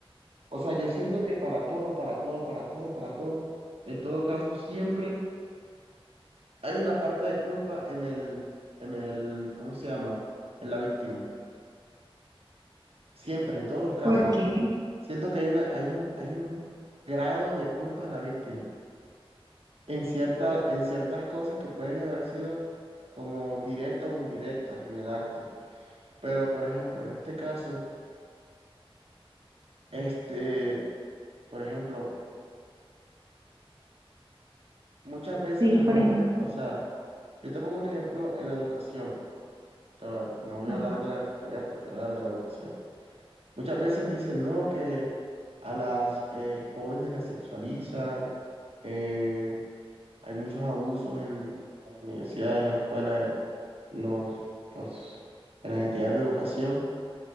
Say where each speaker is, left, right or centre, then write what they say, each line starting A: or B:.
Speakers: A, on the right; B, on the right.
A: O sea, yo siento que para todo, para todo, para todo, para todo, en todo caso, siempre hay una parte de culpa en el, en el, ¿cómo se llama? En la víctima. Siempre, en todos los casos.
B: ¿Por qué?
A: Siento que hay una, hay un, hay un grado de culpa en la víctima. En cierta, en ciertas cosas que pueden haber sido como directas o indirectas en el acto. Pero, por ejemplo, en este caso, este, por ejemplo, muchas veces
B: Sí,
A: las
B: por
A: mismas,
B: ejemplo.
A: o sea, yo te pongo un ejemplo en la educación, te voy a- no voy
B: Ajá,
A: a hablar de la enfermería, pero te voy a hablar de la educación. Muchas veces dicen, no, que a las eh, jóvenes las sexualizan, eh, hay muchos abusos en, en las universidades, en las escuelas, en, en los, pues, en las entidades de educación.